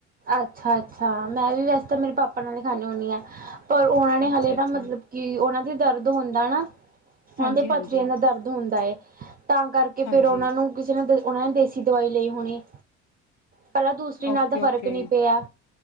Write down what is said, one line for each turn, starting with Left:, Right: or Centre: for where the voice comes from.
Right: ਅੱਛਾ ਅੱਛਾ, ਮੈਂ ਵੈਸੇ ਤਾਂ ਮੇਰੇ ਪਾਪਾ ਨਾਲ ਹੀ ਖਾਂਦੀ ਹੁੰਦੀ ਹਾਂ। ਪਰ ਉਹਨਾਂ ਨੇ
Left: ਅੱਛਾ
Right: ਹਾਲੇ
Left: ਅੱਛਾ
Right: ਨਾ ਮਤਲਬ ਕਿ ਉਹਨਾਂ ਦੇ ਦਰਦ ਹੁੰਦਾ ਨਾ, ਉਹਨਾਂ
Left: ਹਾਂਜੀ
Right: ਦੇ
Left: ਹਾਂਜੀ
Right: ਪਥਰੀਆਂ ਦਾ ਦਰਦ ਹੁੰਦਾ ਹੈ ਤਾਂ ਕਰਕੇ ਕਿ
Left: ਹਾਂਜੀ
Right: ਫੇਰ ਉਹਨਾਂ ਨੂੰ, ਕਿਸੇ ਨੇ ਉਹਨਾਂ ਨੇ ਦੇਸੀ ਦਵਾਈ ਲਈ ਹੋਣੀ। ਪਹਿਲਾਂ ਦੂਸਰੀ ਨਾਲ
Left: ਓਕੇ
Right: ਤਾਂ ਫ਼ਰਕ
Left: ਓਕੇ
Right: ਫਰਕ ਨਹੀਂ ਪਿਆ,